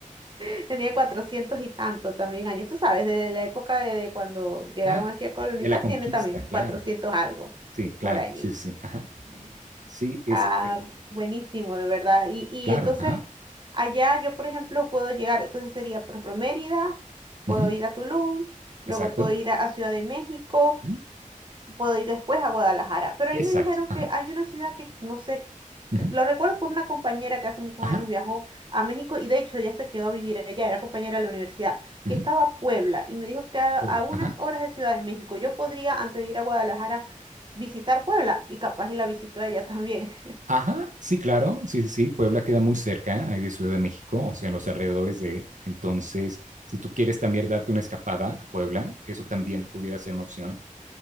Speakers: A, on the right; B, on the right.
A: <laughs> tenía cuatrocientos y tanto también años. Tú sabes, desde la época de, de cuando llegaron
B: Claro.
A: aquí a colonizar,
B: De la conquista,
A: tiene también
B: claro.
A: cuatrocientos algo
B: Sí, claro.
A: por allí.
B: Sí, sí, sí. Ajá. Sí, este,
A: Ah, buenísimo, de verdad. Y, y
B: claro.
A: entonces,
B: Ajá.
A: allá yo, por ejemplo, puedo llegar, entonces sería, por ejemplo, Mérida, puedo
B: ujú,
A: ir a Tulum, luego
B: Exacto.
A: puedo ir a, a Ciudad de México,
B: ujú,
A: puedo ir después a Guadalajara. Pero
B: Exacto.
A: ahí me dijeron
B: Ajá.
A: que hay una ciudad que no sé,
B: ujú,
A: lo recuerdo por una compañera que hace muchos
B: Ajá.
A: años viajó a México y de hecho ya se quedó a vivir allá, era compañera de la universidad,
B: ujú,
A: que estaba a Puebla y me dijo que a,
B: Puebla.
A: a unas
B: Ajá.
A: horas de Ciudad de México yo podría, antes de ir a Guadalajara, visitar Puebla y capaz y la visitó ella también. <laughs>
B: Ajá. Sí, claro. Sí, sí, sí. Puebla queda muy cerca ahí de Ciudad de México, o sea, en los alrededores de. Entonces, si tú quieres también darte una escapada a Puebla, eso también pudiera ser una opción.